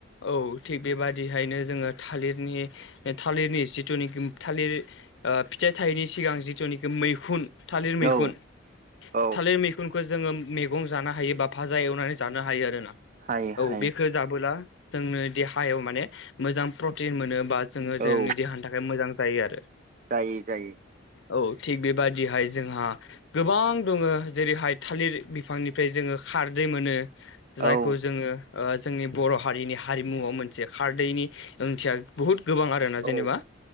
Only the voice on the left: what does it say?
औ थिग बेबादिहायनो जोङो थालिरनि थालिरनि जिथुनाखि थालिर फिथाइ थायैनि सिगां जिथुनाखि मैखुन थालिर मैखुन
थालिर मैखुनखौ जोङो मैगं जानो हायो बा भाजा एवनानै जानो हायो आरोोना
औ
बेखौ जाबोला जोंनो देहा हायाव माने मोजां प्रटिन मोनो बा जोङो जोंनि
देहानि थाखाय मोजां जायो आरो।
औ थिग बेबादिहाय जोंहा गोबां दङ जेरैहाय थालिर बिफांनिफ्राय जोङो खारदै मोनो। जायखौ
जोङो जोंनि बर' हारिनि हारिमुआव मोन से खारदैनि ओंथिया बुहुत गोबां आरो‌ ना
जेनेबा